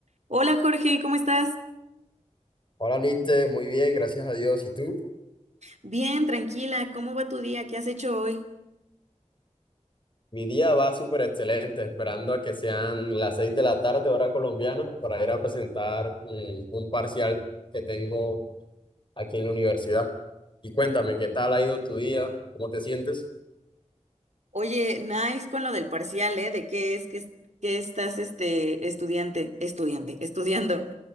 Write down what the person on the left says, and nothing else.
Hola, Niste, muy bien, gracias a Dios. ¿Y tú?
Mi día va súper excelente, esperando a que sean las seis de la tarde, hora colombiana, para ir a presentar mm, un, parcial que tengo aquí en la universidad. Y cuéntame, ¿qué tal ha ido tu día? ¿Cómo te sientes?